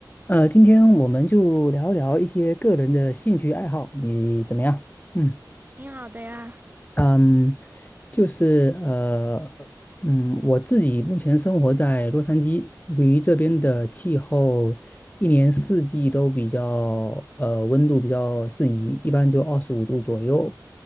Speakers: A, on the left (about 25°); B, on the right (about 25°).
A: 呃，今天我们就聊一聊一些个人的兴趣爱好，你怎么样？嗯。
B: 挺好的呀。
A: 嗯，就是呃，嗯，我自己目前生活在洛杉矶，由于这边的气候一年四季都比较呃温度比较适宜，一般就二十五度左右，